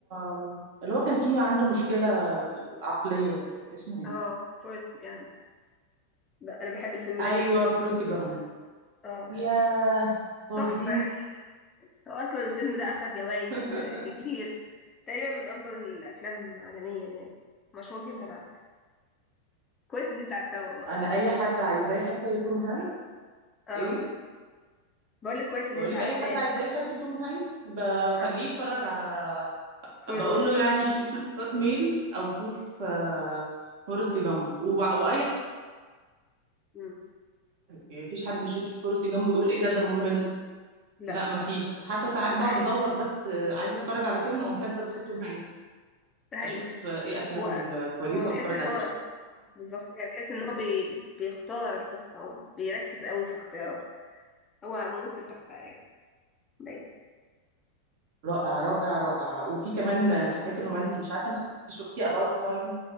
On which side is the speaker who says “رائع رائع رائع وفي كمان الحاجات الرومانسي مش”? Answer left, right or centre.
Right